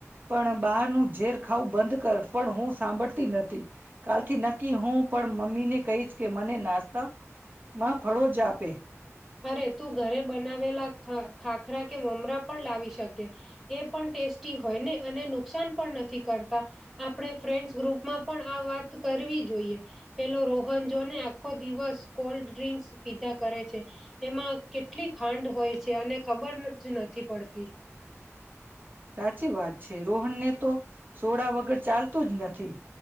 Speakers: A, on the right; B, in the centre.
A: પણ બહારનું ઝેર ખાવું બંધ કર પણ હું સાંભળતી નથી કાલથી નક્કી હું પણ મમ્મી ને કહીશ કે મને નાસ્તા માં ફળોજ આપે.
B: અરે તું ઘરે બનાવેલા ખાખાખરા કે મમરા પણ લાવી શકી એ પણ ટેસ્ટી હોય ને અને નુકસાન પણ નથી કરતા આપણે ફ્રેન્ડસ ગ્રુપમાં પણ આ વાત કરવી જોઈએ પેલો રોહન જોને આખો દિવસ કોલ્ડ ડ્રિંક્સ પીધા કરે છે. એમાં કેટલી ખાંડ હોય છે અને ખબર જ નથી પડતી.
A: સાચી વાત છે રોહન ને તો સોડા વગર આગળ ચાલતું જ નથી.